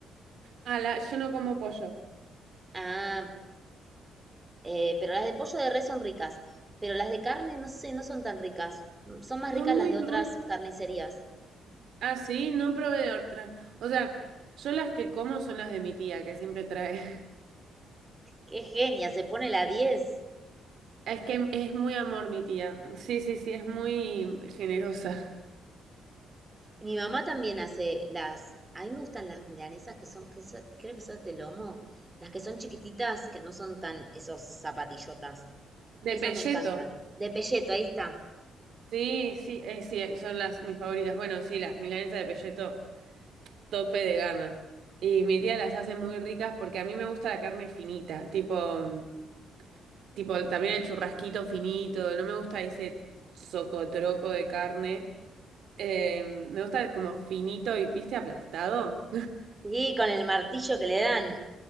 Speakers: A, on the right; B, on the right.
A: Ah, la- yo no como pollo.
B: Ah, Eh, pero las de pollo de res son ricas. Pero las de carne, no sé, no son tan ricas. Mm, Son más ricas
A: Son
B: las
A: muy
B: de
A: gruesas.
B: otras carnicerías.
A: Ah, sí, no probé de otras. O sea, yo las que como son las de mi tía, que siempre trae. <laughs>
B: ¡Qué genia! Se pone la diez
A: Es que es muy amor mi tía. Sí, sí, sí, es muy generosa.
B: Y mi mamá también hace las... A mí me gustan las milanesas que son, que son- creo que son de lomo. Las que son chiquititas, que no son tan esos zapatillotas.
A: De
B: Esas
A: pelleto.
B: me encantan. De pelleto, ahí está.
A: Sí, sí, eh, sí, eh, son las mis favoritas. Bueno, sí, las milanesas de pelleto, tope de gama. Y mi tía las hace muy ricas porque a mí me gusta la carne finita, tipo, mm, tipo también el churrasquito finito. No me gusta ese socotroco de carne. Eh, me gusta como finito y, ¿viste? Aplastado.
B: Sí, con el martillo que le dan.